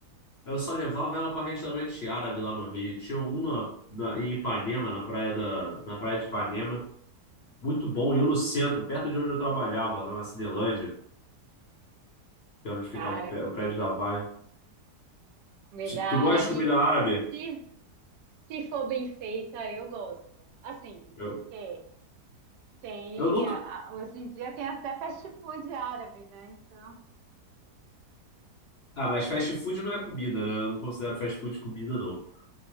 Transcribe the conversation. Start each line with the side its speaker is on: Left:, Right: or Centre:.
Left: Eu só levava ela pra restaurante árabe lá no Rio. Tinha um na, na- em Ipanema, na praia da, na praia de Ipanema, muito bom, e um no centro, perto de onde eu trabalhava, lá na Cinelândia, que era onde ficava
Right: Cara,
Left: o pé-
Right: comida,
Left: o prédio da Vale.
Right: comida
Left: Ti-
Right: árabe,
Left: Tu gosta de comida árabe?
Right: se, se for bem feita, eu gosto. Assim,
Left: Eu,
Right: que tem,
Left: eu nunca.
Right: a- a- hoje em dia tem até fast food árabe, né? Então,
Left: Ah, mas fast food não é comida, né? Eu não considero fast food comida, não.